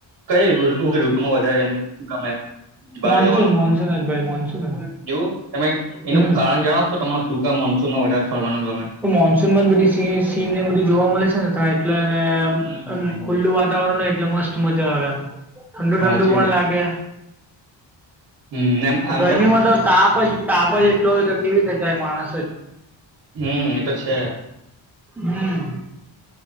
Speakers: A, on the right (about 50°); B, in the centre.
A: કઈ વધારે એમ ગમે બહાર
B: મોનસૂન
A: જવાનું
B: મોનસૂન જ ભાઈ મોનસૂન જ
A: એવું તમે એનું
B: હમ
A: કારણ જણાવ છો તમારે શું કામ મનસૂનમાં વધારે ફરવાનું ગમે
B: તો મોન્સૂન માં બધી સી સીન ને બધું જોવા મલે છે ને એટલે એમ
A: હમ
B: ખુલ્લું વાતાવરણ હોય એટલે મસ્ત મજા આવે એમ ઠંડુ
A: સાચી
B: ઠંડુ પણ
A: વાત
B: લાગે
A: હમ એમ આમ
B: ગરમીમાં તો તાપ જ તાપ જ એટલો હોય તો કેવી રીતે જાય માણસ જ
A: હમ એતો છે.
B: હમ